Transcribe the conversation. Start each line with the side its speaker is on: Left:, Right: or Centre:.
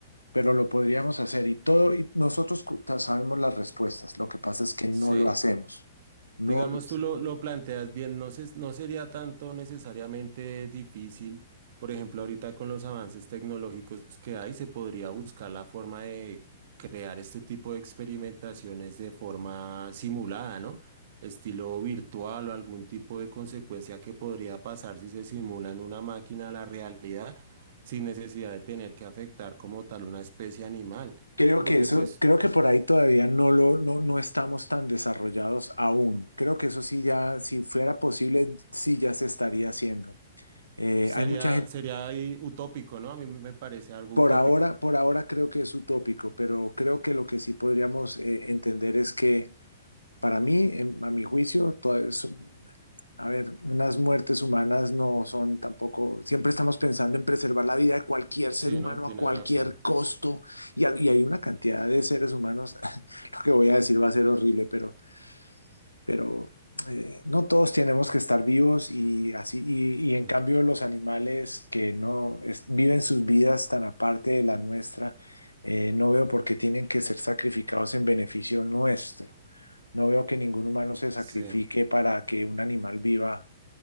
Left: pero lo podríamos hacer. Y todo, y nosotros cu- sabemos las respuestas. Lo que pasa es que
Right: Sí,
Left: no lo hacemos. No
Right: digamos
Left: lo hacemos.
Right: tú lo, lo planteas bien, no, se- no sería tanto necesariamente difícil, por ejemplo, ahorita con los avances tecnológicos que hay, se podría buscar la forma de crear este tipo de experimentaciones de forma simulada, ¿no? Estilo virtual o algún tipo de consecuencia que podría pasar si se simula en una máquina la realidad sin necesidad de tener que afectar como tal una especie animal.
Left: Creo
Right: ¿no? Porque
Left: que eso,
Right: pues
Left: creo que por ahí todavía no lo, no, no estamos tan desarrollados aún. Creo que eso sí ya, si fuera posible, sí ya se estaría haciendo. Eh,
Right: Sería,
Left: hay mucha gente,
Right: sería ahí utópico, ¿no? A mí me me parece algo
Left: por
Right: utópico.
Left: ahora, por ahora creo que es utópico, pero creo que lo que sí podríamos eh, entender es que para mí, en- a mi juicio, todo eso- A ver, unas muertes humanas no son tampoco, siempre estamos pensando en preservar la vida de cualquier
Right: Sí,
Left: ser humano
Right: ¿no? Tienes
Left: a cualquier
Right: razón.
Left: costo y, ha- y hay una cantidad de seres humanos, <laughs> lo que voy a decir va a ser horrible, pero, pero eh, no todos tenemos que estar vivos y así, y, y
Right: Mm.
Left: en cambio los animales que no es- viven sus vidas tan aparte de la nuestra, eh, no veo por qué tienen que ser sacrificados en beneficio nuestro. No veo que ningún humano se sacrifique
Right: Sí,
Left: para que un animal viva.